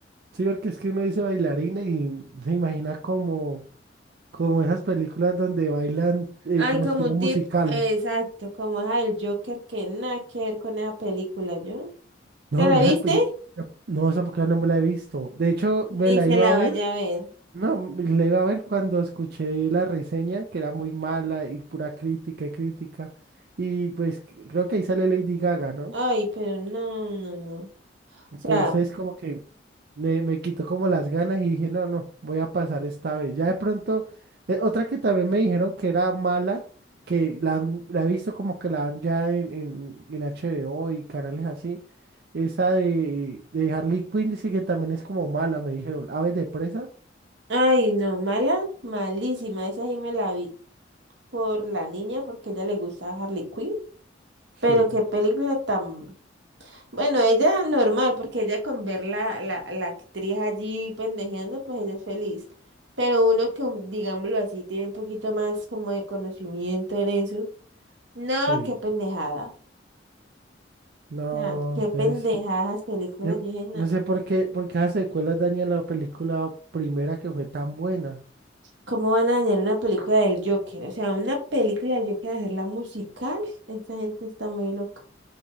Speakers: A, on the right; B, on the right.
A: sí, porque es que uno dice bailarina y se imagina como, como esas películas donde bailan eh,
B: Ay,
A: como
B: como
A: estilo
B: un
A: musical.
B: tip, exacto, como es el Joker, que nada que ver con esa película, ¿yo?
A: No,
B: ¿Te la
A: no, esa
B: viste?
A: peli- no, esa película no me la he visto. De hecho, me
B: Ni
A: la
B: se
A: iba
B: la
A: a ver.
B: vaya a ver.
A: No, me la iba a ver cuando escuché la reseña, que era muy mala y pura crítica y crítica. Y pues c- creo que ahí sale Lady Gaga, ¿no?
B: Ay, pero no, no, no. no. O
A: Entonces
B: sea,
A: como que me, me quitó como las ganas y dije, no, no, voy a pasar esta vez. Ya de pronto, eh, otra que también me dijeron que era mala, que la, han- la he visto como que la dan ya en, en, en HBO y canales así, esa de, de Harley Quinn dice que también es como mala, me dijeron, Aves de presa.
B: ay, no, mala, malísima. Esa sí me la vi por la niña porque a ella le gustaba Harley Quinn.
A: Sí,
B: Pero qué película tan Bueno, ella normal, porque ella con ver la, la, la actriz allí pendejeando, pues ella es feliz. Pero uno que, digámoslo así, tiene un poquito más como de conocimiento en eso. No,
A: sí.
B: qué pendejada.
A: No,
B: No, qué
A: entonces,
B: pendejadas películas.
A: yo
B: Yo dije, no,
A: no sé por qué, por qué esas secuelas dañan la película primera que fue tan buena.
B: ¿cómo van a dañar una película del Joker? O sea, una película del Joker, hacerla musical. Esta gente está muy loca.